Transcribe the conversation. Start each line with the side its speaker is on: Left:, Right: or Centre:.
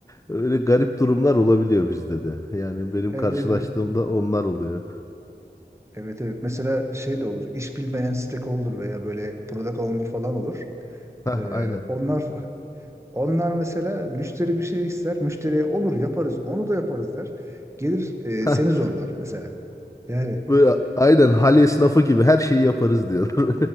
Left: öyle garip durumlar olabiliyor bizde de. Yani benim
Right: Evde
Left: karşılaştığımda
Right: de
Left: onlar oluyor.
Right: evet evet. Mesela şey de olur. İş bilmeyen stakeholder veya böyle product owner falan olur.
Left: Hah,
Right: Ee,
Left: aynen.
Right: onlar onlar mesela müşteri bir şey ister. Müşteriye olur yaparız. Onu da yaparız der. Gelir e,
Left: Hah,
Right: seni zorlar mesela. Yani
Left: böyle aynen
Right: e,
Left: hal esnafı gibi her şeyi yaparız diyorlar.